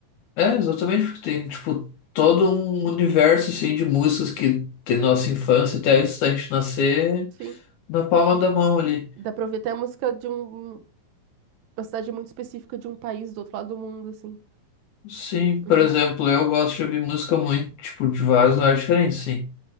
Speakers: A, on the left; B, on the right.
A: é exatamente porque tem, tipo, todo um universo assim, de músicas que tem nossa infância até antes gente nascer
B: Enfim,
A: na palma da mão ali.
B: dá pra ouvir até a música de um, uma cidade muito específica de um país do outro lado do mundo, assim.
A: Sim, por
B: Uhum.
A: exemplo, eu gosto de ouvir música muito, tipo, de vários lugares diferentes, sim.